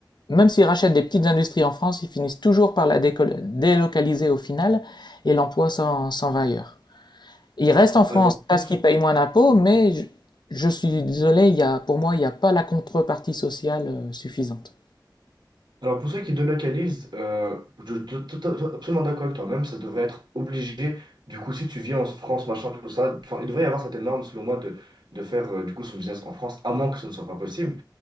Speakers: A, on the left; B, on the right.
A: Même s'ils rachètent des petites industries en France, ils finissent toujours par la déco- délocaliser au final et l'emploi s'en s'en va ailleurs. Ils restent en France
B: Alors pour,
A: parce qu'ils payent moins d'impôts, mais je, je suis désolé, il y a, pour moi, il n'y a pas la contrepartie sociale euh, suffisante.
B: alors pour ceux qui délocalisent, euh, je suis to- to- to- absolument d'accord avec toi-même, ça devrait être obligé. Du coup, si tu vis en France, machin, tout ça, enfin, il devrait y avoir cette norme, selon moi, de, de faire euh, du coup son business en France, à moins que ce ne soit pas possible.